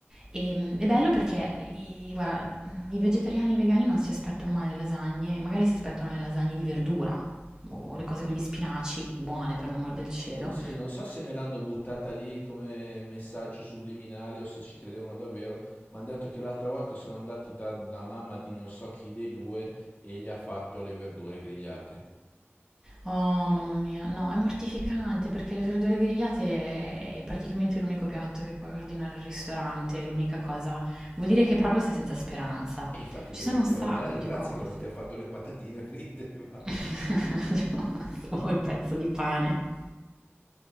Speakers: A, on the right (about 15°); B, on the left (about 40°).
A: e, mh, è bello perché i, guarda, i vegetariani e i vegani non si aspettano mai le lasagne, magari si aspettano le lasagne di verdura o le cose con gli spinaci, buone per l'amor del cielo,
B: Sì, non so se me l'hanno buttata lì come messaggio subliminale o se ci credevano davvero, ma hanno detto che l'altra volta sono andati dalla mamma di non so chi dei due e gli ha fatto le verdure grigliate.
A: Oh, mamma mia, no, è mortificante perché le verdure grigliate è praticamente l'unico piatto che puoi ordinare al ristorante, è l'unica cosa. Vuol dire che proprio sei senza speranza.
B: E infatti
A: Ci
B: gli ho
A: sono
B: detto,
A: un sacco
B: "Eh, già ringrazia
A: di cose.
B: che non ti ha fatto le patatine fritte <laughs> e basta.
A: <laughs> Ho il pezzo di pane.